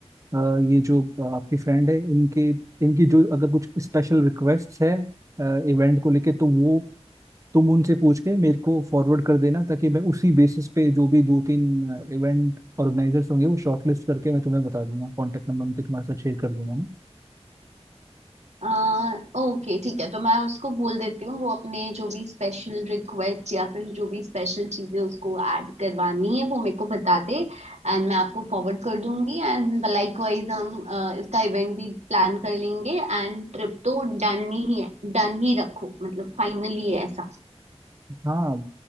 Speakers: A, on the right; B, on the right.
A: अ, ये जो अ, आपकी फ्रेंड है इनके इनकी जो अगर कुछ स्पेशल रिक्वेस्ट है इवेंट को लेके तो वो तुम उनसे पूछ के मेरे को फॉरवर्ड कर देना ताकि मैं उसी बेसिस पे जो भी दो तीन इवेंट ऑर्गेनाइजर्स होंगे वो शॉर्टलिस्ट करके मैं तुम्हें बता दूंगा कांटेक्ट नंबर उनके तुम्हारे साथ शेयर कर दूंगा ना
B: आ, ओके ठीक है तो मैं उसको बोल देती हूँ वो अपने जो भी स्पेशल रिक्वेस्ट या फिर जो भी स्पेशल चीजें उसको ऐड करवानी है वो मेरे को बता दे एंड मैं आपको फॉरवर्ड कर दूंगी एंड लाइकवाइज हम आ, इसका इवेंट भी प्लान कर लेंगे एंड ट्रिप तो डन ही है डन ही रखो मतलब फाइनली है ऐसा
A: हाँ